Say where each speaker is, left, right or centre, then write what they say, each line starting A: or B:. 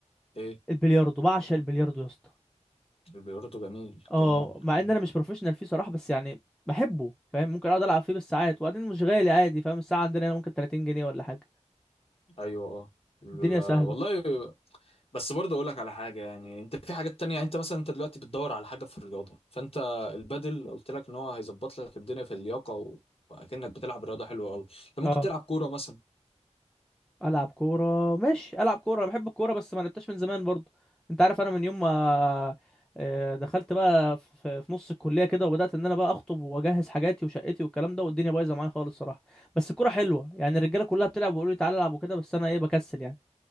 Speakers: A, on the left; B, in the centre.
A: ايه
B: البلياردو بعشق البلياردو يا اسطى
A: البيورتو جميل
B: اه
A: جميل
B: مع
A: جميل
B: ان انا مش بروفيشنال فيه صراحه بس يعني بحبه فاهم ممكن اقعد العب فيه بالساعات وبعدين مش غالي عادي فاهم الساعه عندنا هنا ممكن 30 جنيه ولا حاجه
A: ايوه اه لا،
B: الدنيا سهله
A: والله بس برضه اقول لك على حاجه يعني انت في حاجات تانية يعني انت مثلا انت دلوقتي بتدور على حاجه في الرياضه فانت البادل قلت لك ان هو هيظبط لك الدنيا في اللياقه و... واكنك بتلعب رياضه حلوه قوي انت ممكن
B: اه
A: تلعب كوره مثلا
B: العب كوره ماشي العب كوره انا بحب الكوره بس ما لعبتهاش من زمان برضو انت عارف انا من يوم ما آه، دخلت بقى في في نص الكليه كده وبدات ان انا بقى اخطب واجهز حاجاتي وشقتي والكلام ده والدنيا بايظه معايا خالص صراحه بس الكوره حلوه يعني الرجاله كلها بتلعب ويقولوا لي تعالى العب وكده بس انا ايه بكسل يعني